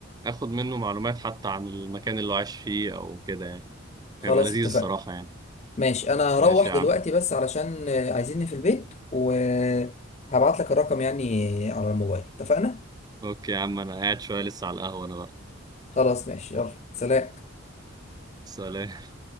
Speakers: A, on the right (about 20°); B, on the left (about 30°).
A: اخد منه معلومات حتى عن المكان اللي هو عايش فيه او كده يعني
B: خلاص
A: هيبقى لذيذ
B: اتفقنا
A: الصراحه يعني
B: ماشي انا هروح
A: ماشي يا
B: دلوقتي
A: عم
B: بس علشان آه، عايزيني في البيت وهبعت لك الرقم يعني على الموبايل اتفقنا
A: اوكي يا عم انا قاعد شويه لسه على القهوه انا بقى
B: خلاص ماشي يلا سلام
A: سلام